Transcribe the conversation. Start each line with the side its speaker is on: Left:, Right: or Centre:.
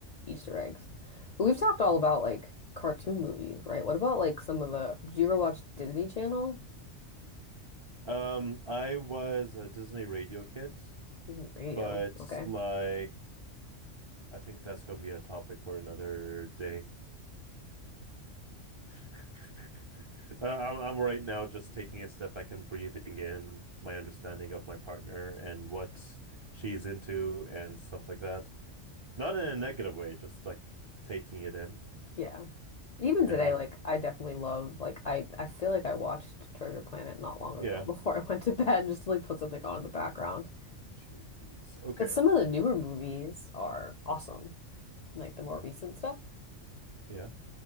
Left: Easter eggs. But we've talked all about like cartoon movies, right? What about like some of the did you ever watch Disney Channel?
Right: Um, I was a Disney radio kid,
Left: Disney Radio.
Right: but
Left: Okay.
Right: like I think that's going to be a topic for another day. <laughs> Uh, I'm I'm right now just taking a step back and breathing in my understanding of my partner and what she's into and stuff like that. Not in a negative way, just like taking it in.
Left: Yeah. Even
Right: And
Left: today,
Right: I'm
Left: like I definitely love like I I feel like I watched Treasure Planet not long
Right: yeah,
Left: ago <laughs> before I went to bed just to like put something on in the background.
Right: jeez, okay.
Left: But some of the newer movies are awesome. Like the more recent stuff.
Right: Yeah,